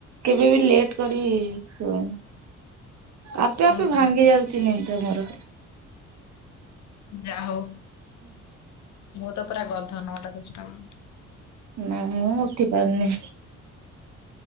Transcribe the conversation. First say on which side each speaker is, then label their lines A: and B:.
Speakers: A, on the right; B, on the left.
A: କେବେ ବି ଲେଟ୍ କରି ଶୋଉନି। ଆପେ ଆପେ
B: ଓହୋ
A: ଭାଙ୍ଗି
B: ଯା
A: ଯାଉଚି ନିଦ ମୋର।
B: ଯା ହଉ ମୁଁ ତ ପୁରା ଗଧ ନଅଟା ଦଶଟା ବେଳେ ଉଠେ।
A: ନା ମୁଁ ଉଠି ପାରୁନି।